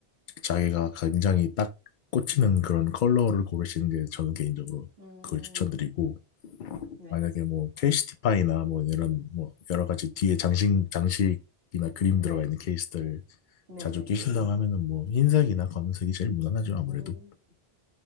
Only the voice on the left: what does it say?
자기가 굉장히 딱 꽂히는 그런 컬러를 고르시는 게 저는 개인적으로
그걸 추천드리고
만약에 뭐 케이시티파이나 뭐 이런 뭐 여러 가지 뒤에 장식 장식이나 그림
들어가 있는 케이스들
자주 끼신다고 하면은 뭐 흰색이나 검은색이 제일 무난하죠
아무래도